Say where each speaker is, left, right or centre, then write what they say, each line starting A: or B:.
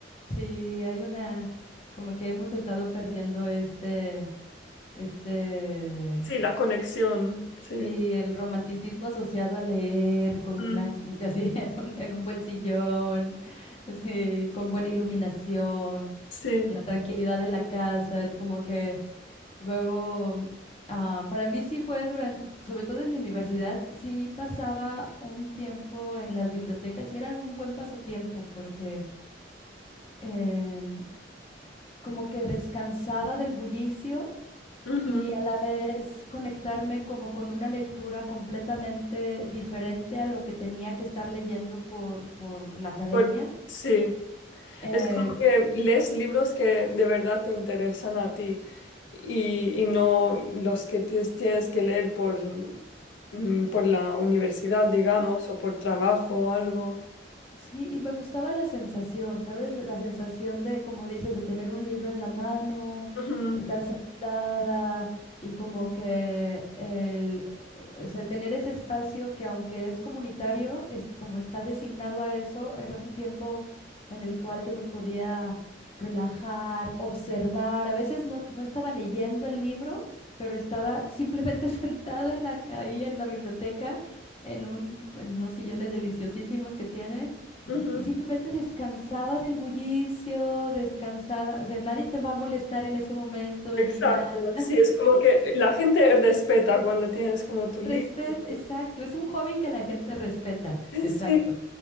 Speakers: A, on the left (about 30°); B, on the left (about 80°).
A: Sí, hay una, como que hemos estado perdiendo este, este,
B: Sí, la conexión, sí.
A: sí, el romanticismo asociado a leer con
B: Mm,
A: una, casi <laughs> en un, en un buen sillón, sí, con buena iluminación,
B: sí.
A: la tranquilidad de la casa, como que luego, ah, para mí sí fue durante, sobre todo en mi universidad, sí pasaba un tiempo en las bibliotecas y eran un buen pasatiempo porque... em, como que descansaba del bullicio
B: Ujú.
A: y a la vez conectarme como con una lectura completamente diferente a lo que tenía que estar leyendo por, por la academia.
B: Por- sí.
A: Eh,
B: Es como que lees libros que de verdad te interesan a ti y, y no los que tienes, tienes que leer por, mm, por la universidad, digamos, o por trabajo o algo.
A: Sí, y me gustaba la sensación, ¿sabes? La sensación de, como dices, de tener un libro en la mano,
B: Ujú,
A: de estar sentada y como que el, o sea, tener ese espacio que aunque es comunitario, es como está designado a eso, era un tiempo en el cual yo me podía relajar, observar. A veces no, no estaba leyendo el libro, pero estaba simplemente <laughs> sentada en la, ahí en la biblioteca, en un, en unos sillones deliciosísimos que tienen
B: ujú, ujú.
A: y simplemente descansaba del bullicio, descansaba, o sea, nadie te va a molestar en ese momento
B: Exacto.
A: ni nada.
B: Sí, es como que la gente respeta cuando tienes como tu
A: Respeta,
B: libro.
A: exacto, es un hobby que la gente respeta,
B: Sí,
A: exacto.